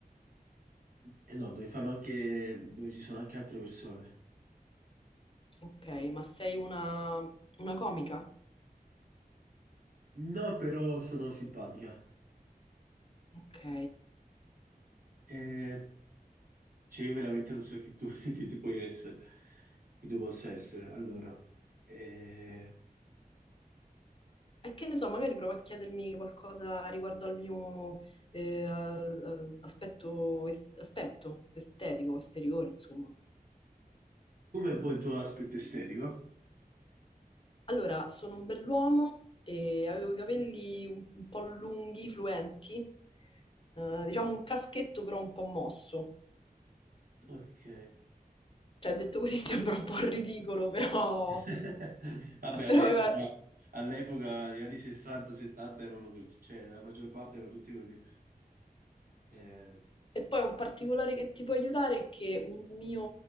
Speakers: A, on the right; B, on the left.
A: E no, dove fanno anche, dove ci sono anche altre persone.
B: Ok, ma sei una, una comica?
A: No, però sono simpatica.
B: Ok.
A: Eh, cioè, io veramente non so chi tu, <laughs> chi tu puoi essere, chi tu possa essere. Allora, eh,
B: E che ne so, magari provo a chiedermi qualcosa riguardo al mio eh, a- a- aspetto, es- aspetto estetico, esteriore, insomma.
A: com'è un po' il tuo aspetto estetico?
B: Allora, sono un bell'uomo e avevo i capelli un, un po' lunghi, fluenti, eh, diciamo un caschetto però un po' mosso.
A: Ok.
B: Cioè, detto così <laughs> sembra un po' ridicolo, però...
A: <laughs> Vabbè, all'epoca,
B: però aveva-
A: all'epoca, gli anni 60-70 erano così, cioè la maggior parte erano tutti così. Eh,
B: E poi un particolare che ti può aiutare è che un mio,